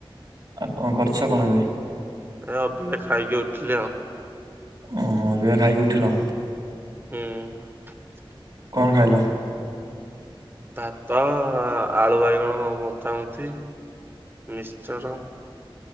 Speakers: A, on the right; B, on the right.
A: ଆଉ କଣ କରୁଛ କଣ ଏବେ?
B: ଏ ଅବିକା ଖାଇକି ଉଠିଲି ଆଉ।
A: ଓହୋ ଏବେ ଖାଇକି ଉଠିଲ?
B: ହୁଁ
A: କଣ ଖାଇଲ?
B: ଭାତ ଆଳୁ ବାଇଗଣ ମତାମତି ମିକ୍ସଚର